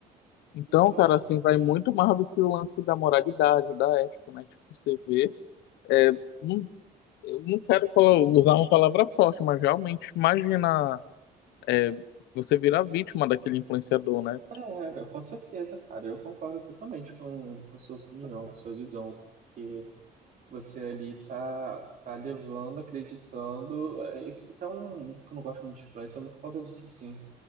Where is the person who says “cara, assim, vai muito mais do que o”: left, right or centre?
Left